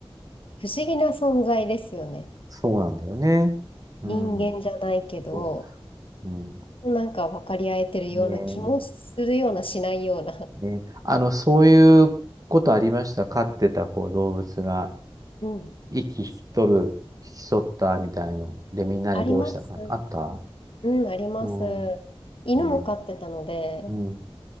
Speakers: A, on the left; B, on the right.
A: 不思議な存在ですよね。
B: そうなんだよね。うん。
A: 人間じゃないけど、
B: そう。うん。
A: なんか分かり合えてるような気もするようなしないような。
B: ねね、あの、そういうことありました。飼ってたこう動物が
A: うん。
B: 息引き取る、引き取ったみたいの。で、みんなでどうしたか。
A: あります。
B: あった
A: うん、あります。
B: うん。
A: 犬も飼ってたので、
B: ねうん。